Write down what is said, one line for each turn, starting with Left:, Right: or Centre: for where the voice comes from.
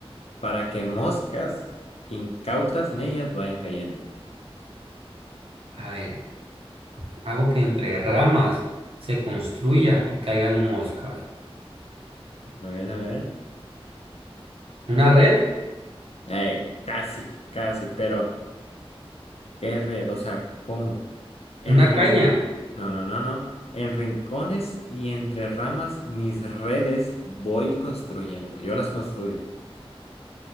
Left: para que moscas incautas en ellas vayan cayendo.
Right: A ver, hago que entre ramas se construya y caigan moscas.
Left: A ver, a ver.
Right: ¿Una red?
Left: Eh, casi, casi, pero... Qué red, o sea, ¿cómo? En
Right: ¿Una
Left: rin...
Right: caña?
Left: No, no, no, no. En rincones y entre ramas mis redes voy construyendo. Yo las construyo.